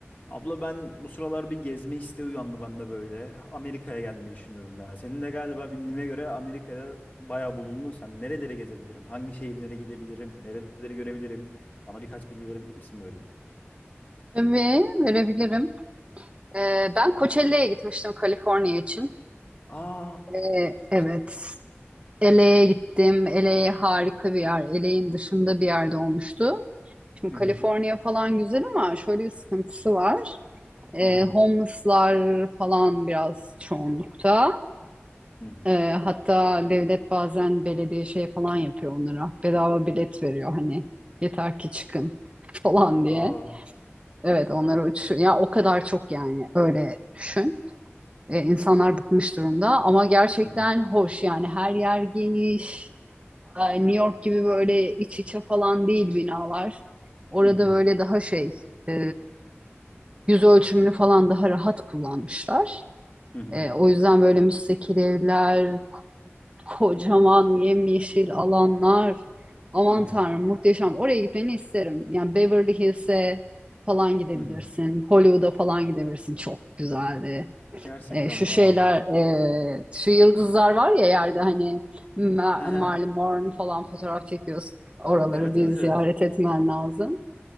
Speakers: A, on the left (about 40°); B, on the right (about 25°).
A: Abla ben bu sıralar bir gezme isteği uyandı bende böyle. Amerika'ya gelmeyi düşünüyorum ya. Senin de galiba bildiğime göre Amerika'ya bayağı bulundun sen. Nerelere gezebilirim? Hangi şehirlere gidebilirim? Nereleri görebilirim? Bana birkaç bilgi verebilir misin böyle?
B: Tabii verebilirim. Ee, ben Coachella'ya gitmiştim Kaliforniya için.
A: Aa,
B: Ee,
A: çok
B: evet.
A: güzel.
B: LA'ye gittim. LA harika bir yer. LA'in dışında bir yerde olmuştu. Şimdi
A: Hı
B: Kaliforniya
A: hı.
B: falan güzel ama şöyle bir sıkıntısı var. Ee,
A: Hı hı.
B: homeless'lar falan biraz çoğunlukta.
A: Hı hı.
B: Ee, hatta devlet bazen belediye şey falan yapıyor onlara. Bedava bilet veriyor hani yeter ki çıkın <laughs> falan
A: Aa.
B: diye. Evet onları uçuş ya o kadar çok yani öyle düşün. E, insanlar bıkmış durumda ama gerçekten
A: Hı hı.
B: hoş yani her yer geniş. E, New York gibi böyle iç içe falan değil binalar. Orada
A: Hı hı.
B: böyle daha şey e, yüz ölçümünü falan daha rahat kullanmışlar.
A: Hı hı.
B: E, o yüzden böyle müstakil evler kocaman yemyeşil alanlar. Aman
A: Hı hı.
B: Tanrım muhteşem. Oraya gitmeni isterim. Yani Beverly Hills'e falan gidebilirsin.
A: Hı hı.
B: Hollywood'a falan gidebilirsin. Çok güzeldi.
A: Gerçekten
B: E, şu
A: mi
B: şeyler,
A: ya?
B: e, şu yıldızlar var ya yerde hani Ma-
A: Hı hı.
B: Marilyn Monroe falan fotoğraf çekiyorsun. Oraları
A: Evet
B: bir
A: evet evet.
B: ziyaret etmen lazım.